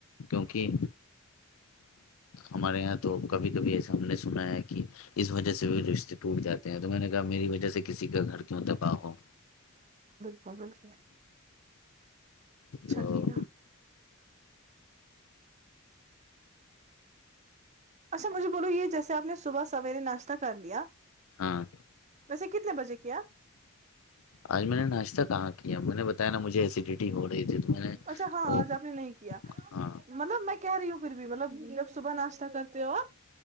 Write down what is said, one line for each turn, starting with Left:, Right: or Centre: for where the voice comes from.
Left: کیونکہ ہمارے یہاں تو کبھی کبھی ایسے ہم نے سنا ہے کہ اس وجہ سے رشتے ٹوٹ جاتے ہیں تو میں نے کہا میری وجہ سے کسی کا گھر کیوں تباہ ہو
Right: ب بلک اچ چھب
Left: تو
Right: کیا اچھا مجھے بولو یہ جیسے آپ نے صبح سویرے ناشتہ کر لیا
Left: ہاں
Right: ویسے کتنے بجے کیا
Left: آج میں نے ناشتہ کہاں کیا م میں نے بتایا ن مھے ایسیڈیٹی ہو رہی تھی تو میں نے
Right: اچھا ہاں
Left: وہ
Right: آج آپ نے نہیں کیا
Left: ہاں
Right: مطلب میں کہہ رہی ہوں پھر بھی مطلب جب صبح ناشتہ کرتے ہو آپ